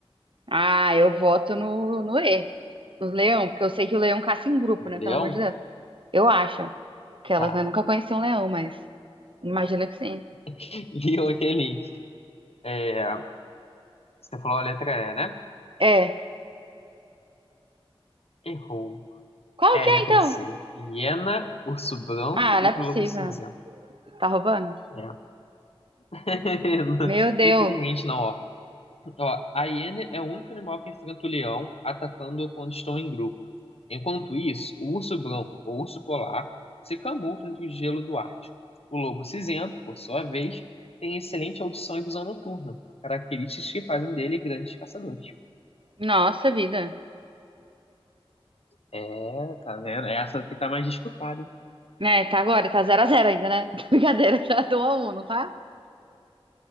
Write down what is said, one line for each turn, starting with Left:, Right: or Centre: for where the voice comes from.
Right: Ah, eu voto no, no E, no leão, porque eu sei que o leão caça em grupo, né?
Left: Leão?
Right: Pelo amor de Deus. Eu acho que elas,
Left: Tá.
Right: né, nunca conheciam um leão, mas imagino que sim.
Left: <laughs> E o link. É, você falou a letra E, né?
Right: É.
Left: Errou.
Right: Qual
Left: É,
Right: que
Left: letra
Right: é, então?
Left: C. Hiena, urso branco
Right: Ah,
Left: e
Right: não é possível.
Left: lobo cinzento.
Right: Tá roubando?
Left: É. <laughs>
Right: Meu Deus.
Left: Infelizmente não, ó. Ó, a hiena é o único animal que enfrenta o leão, atacando-o quando estão em grupo. Enquanto isso, o urso branco, ou urso polar, se camufla entre o gelo do Ártico. O lobo cinzento, por sua vez, tem excelente audição e visão noturna, características que fazem dele grandes caçadores.
Right: Nossa vida.
Left: É, tá vendo? Essa aqui tá mais disputada, hein?
Right: É, tá agora, tá zero a 0 ainda, né? <laughs> Brincadeira, tá 1 a 1, não tá?